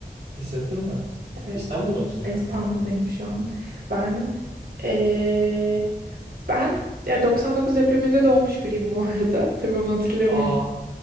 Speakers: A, on the right; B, on the right.
A: Hissettin mi?
B: Evet.
A: İstanbul'da mısın şu
B: Ben İstanbul'dayım
A: an? Ha.
B: şu an. Ben ee, ben ya 99 depreminde doğmuş biriyim bu arada. Tabii onu hatırlamıyorum.
A: Aa.